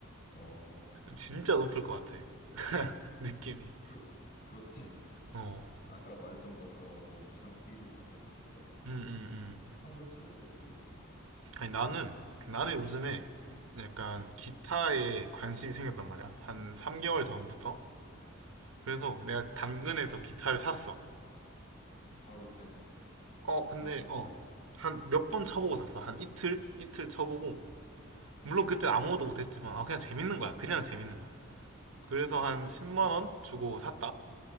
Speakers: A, on the left; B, on the right.
A: 어,
B: 진짜 높을 것 같아. <laughs> 느낌이.
A: 그렇, 그렇지.
B: 어.
A: 아까 말했던 것처럼 뭐 장비도 당연히 비싸고
B: 음, 음, 음.
A: 한번 치는데도 되게 비싸.
B: 아니, 나는, 나는 요즘에 약간 기타에 관심이 생겼단 말이야. 한 3개월
A: 음,
B: 전부터.
A: 음.
B: 그래서 내가 당근에서 기타를 샀어.
A: 아, 바로 그냥
B: 어, 근데,
A: 관심만
B: 어.
A: 가지고.
B: 한 몇 번 쳐보고 샀어. 한 이틀? 이틀 쳐보고.
A: 음,
B: 물론 그때 아무것도 못했지만 아, 그냥 재밌는 거야. 그냥 재밌는 거야.
A: 음.
B: 그래서 한 10만 원 주고 샀다.